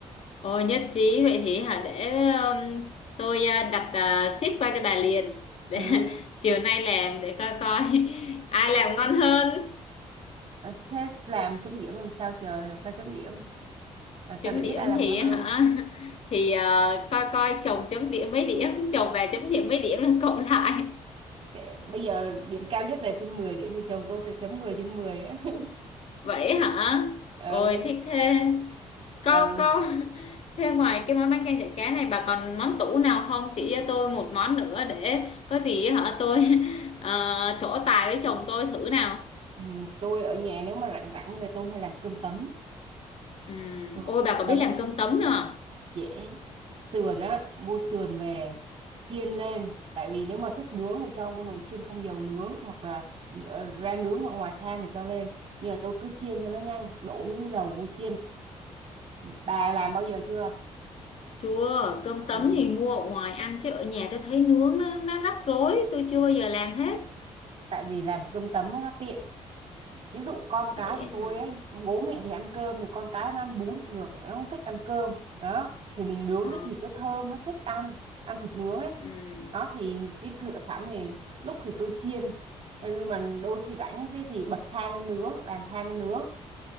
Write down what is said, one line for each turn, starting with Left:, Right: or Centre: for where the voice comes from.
Left: Ôi nhất trí vậy thì hả để um, tôi à, đặt à, ship qua cho bà liền. Để
Right: ừ
Left: <laughs> chiều nay làm để coi coi <laughs> ai làm ngon hơn.
Right: à, thế làm chấm điểm làm sao trời làm sao chấm điểm làm sao
Left: chấm
Right: để biết
Left: điểm
Right: ai làm
Left: thì
Right: ngon hơn
Left: hả <laughs> thì ờ, coi coi chồng chấm điểm mấy điểm <laughs> chồng bà chấm điểm mấy điểm là cộng lại
Right: để, bây giờ điểm cao nhất là trên 10 điểm thì chồng tôi sẽ chấm 10 trên mười. á <laughs>
Left: <laughs> vậy hả
Right: ừ
Left: ôi thích thế có
Right: ừ
Left: có <laughs> thế ngoài cái món bánh canh chả cá này bà còn món tủ nào không chỉ cho tôi một món nữa để có gì hả tôi <laughs> ờ, trổ tài với chồng tôi thử nào
Right: Ừ, tôi ở nhà nếu mà rảnh rảnh thì tôi hay làm cơm tấm
Left: ừ.
Right: ừ,
Left: ôi
Right: cơm
Left: bà có
Right: tấm
Left: biết làm cơm tấm nữa à?
Right: dễ sườn á mua sườn về chiên lên tại vì nếu mà thích nướng thì cho vô nồi chiên không dầu nướng hoặc là ờ, ra nướng hoặc ngoài than thì cho lên nhưng mà tôi cứ chiên cho nó nhanh đổ miếng dầu vô chiên bà làm bao giờ chưa
Left: chưa cơm tấm
Right: ừ,
Left: thì mua ở ngoài ăn chứ ở nhà tôi thấy nướng nó nó rắc rối tôi chưa bao giờ làm hết
Right: tại vì làm cơm tấm nó tiện ví dụ con
Left: vậy
Right: cái của tôi
Left: hả
Right: ấy bố mẹ thì ăn cơm thì con cái nó ăn bún được nó không thích ăn cơm đó thì mình nướng
Left: Ừ.
Right: cái thịt nó thơm nó thích ăn ăn thịt nướng ấy
Left: Ừ.
Right: đó thì cái thựa sẵn thì lúc thì tôi chiên nhưng mà đôi khi rảnh thế thì bật than lên nướng làm than lên nướng